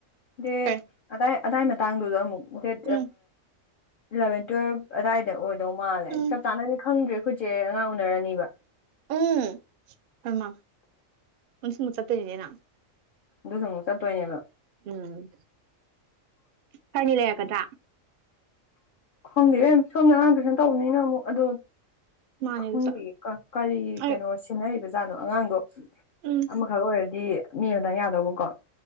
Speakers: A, on the left; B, on the right.
A: ꯗꯦ
B: ꯀꯩ
A: ꯑꯗꯥꯏ ꯑꯗꯥꯏ ꯃꯇꯥꯡꯗꯨꯗ ꯑꯃꯨꯛ ꯗꯦꯠ
B: ꯎꯝ
A: ꯏꯂꯚꯦꯟ ꯇꯨꯋꯦꯜꯕ ꯑꯗꯥꯏꯗ ꯑꯣꯏꯗꯧ ꯃꯥꯜꯂꯦ
B: ꯎꯝ
A: ꯆꯞ ꯆꯥꯅꯗꯤ ꯈꯪꯗ꯭ꯔꯦ ꯑꯩꯈꯣꯏꯠꯁꯦ ꯑꯉꯥꯡ ꯎꯅꯔꯅꯤꯕ
B: ꯎꯝ ꯑꯃ ꯎꯟꯁꯨ ꯃꯨꯁꯠꯇꯗꯦꯅꯥ
A: ꯑꯗꯨꯁꯨꯨꯛ ꯆꯠꯇꯣꯏꯅꯦꯕ
B: ꯎꯝ ꯀꯔꯤ ꯂꯩ ꯀꯗ
A: ꯈꯣꯡꯗꯦꯔꯦ ꯁꯣꯝꯗ ꯑꯉꯥꯡꯗꯨ ꯁꯅ ꯇꯧꯕꯅꯤꯅ ꯑꯃꯨꯛ ꯑꯗꯣ
B: ꯃꯥꯅꯦ
A: ꯈꯪꯒꯤ
B: ꯑꯗꯨꯁꯨ
A: ꯀꯔꯤ
B: ꯑꯩ
A: ꯀꯩꯅꯣ ꯁꯤꯁꯤꯡꯟꯅꯔꯤꯕ ꯖꯥꯠꯅꯣ ꯑꯉꯥꯡꯗꯣ
B: ꯎꯝ
A: ꯑꯃ ꯈꯛ ꯑꯣꯏꯔꯗꯤ ꯃꯤ ꯑꯃꯗꯪ ꯌꯥꯗꯧꯕꯀꯣ